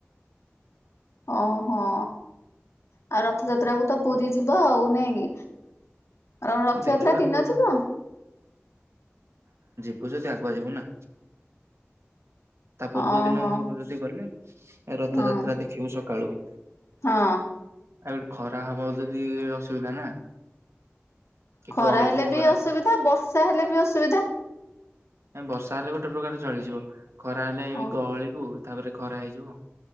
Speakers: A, on the left (about 80°); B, on the right (about 75°).
A: ଅଁ ହଁ! ଆଉ ରଥଯାତ୍ରାକୁ ତ ପୁରୀ ଯିବ ଆଉ ନାଇଁ କି? ରଥଯାତ୍ରା
B: ଦେଖିବା
A: ଦିନ
B: ପୁ
A: ଯିବ?
B: ତୁ ଯଦି ଆଗୁଆ ଯିବୁ ନା ତା ପୂର୍ବ
A: ଓହୋ
B: ଦିନ ହବ ଯଦି ଗଲେ, ରଥଯାତ୍ରା
A: ହଁ
B: ଦେଖିବୁ ସକାଳୁ।
A: ହଁ!
B: ଆଉ ଖରା ହବ ଯଦି ଅସୁବିଧା ନା। କି
A: ଖରା
B: ଗହଳିକୁ
A: ହେଲେ ବି
B: ଖରା
A: ଅସୁବିଧା, ବର୍ଷା ହେଲେ ବି ଅସୁବିଧା।
B: ବର୍ଷା ହେଲେ ଗୋଟେ ପ୍ରକାର ଚଳିଯିବ। ଖରା ହେଲେ
A: ହଁ
B: ଏ ଗହଳିକୁୁ ତାପରେ ଖରା ହେଇଯିବ।